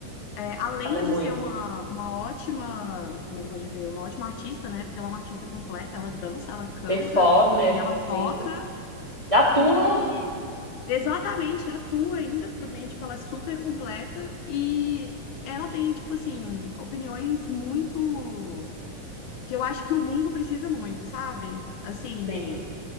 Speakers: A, on the left; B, on the right.
A: é, além
B: Ela é muito.
A: de ser uma, uma ótima, como é que eu posso dizer, uma ótima artista, né? Porque ela é uma artista completa, ela dança, ela canta
B: Performer,
A: e ela
B: sim.
A: toca
B: Atua,
A: e exatamente atua ainda, pra mim, tipo, ela é super completa e ela tem, tipo assim, opiniões muito que eu acho que o mundo precisa muito, sabe? Assim,
B: sim.